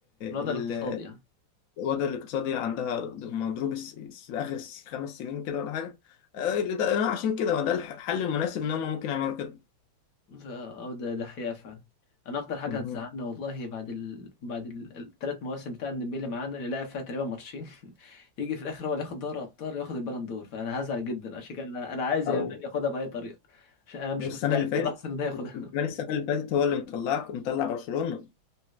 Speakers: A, on the left; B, on the left.
A: من هذا
B: ال-
A: الاقتصاد يعني
B: الوضع الاقتصادي عندها مضروب الس- الس- اخر الس- خمس سنين كده ولا حاجه آه، اللي ده آه، عشان كده هو ده الحل المناسب ان هم ممكن يعملوا كده
A: ف- اه ده ده حقيقة فعلا انا اكتر حاجة
B: مهم.
A: هتزعلنا والله بعد ال... بعد الثلاث مواسم بتاع ديمبلي معانا اللي لعب فيها تقريبا ماتشين <laughs> يجي في الاخر هو اللي ياخد دوري ابطال ياخد البالون دور فانا هزعل جدا عشان كده انا انا عايز
B: او
A: يا مان ياخدها باي طريقة عشان انا مش
B: والسنه
A: مستعد
B: اللي فاتت
A: اللحظة ان ده ياخدها
B: وكمان السنه اللي فاتت هو اللي مطلعك مطلع برشلونه